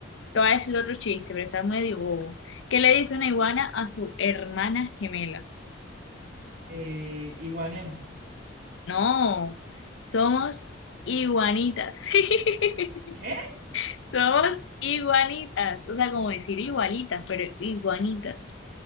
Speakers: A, on the left; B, on the right.
A: te voy a decir otro chiste, pero está medio bobo. ¿Qué le dice una iguana a su hermana gemela?
B: Eh, y guanémonos.
A: No, somos iguanitas. <laughs>
B: ¿Qué?
A: Somos iguanitas. O sea, como decir igualitas, pero iguanitas.